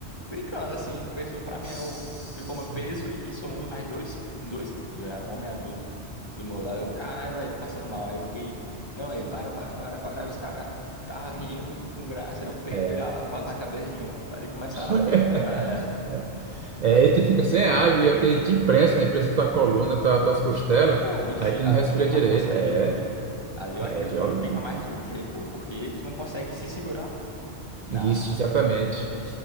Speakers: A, on the left (about 25°); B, on the right (about 55°).
A: brincando, assim, o peso tudo pra mim.
B: S-
A: Aí eu ficou meu peso e somou mais dois, dois, é, um homem adulto do meu lado. Eu, caralho, velho, tô passando mal. Aí eu fiquei, não, aí, para, para, para, para. Aí os caras estavam rindo com graça, aí eu peguei
B: É.
A: dele lá pra- na cabeça de um, pra ele começar.
B: <laughs>
A: Ah,
B: É, e tu fica sem ar, e é porque te imprensa, né? imprensa tua coluna, tua, tuas costelas,
A: É, é, pô, ali gira,
B: aí tu não respira
A: ali é uma
B: direito.
A: força
B: É,
A: G ali. Ali eu
B: é
A: acho que
B: violento.
A: tu fica mais de um G, pô, porque tu não consegue se segurar Na,
B: Isso, exatamente.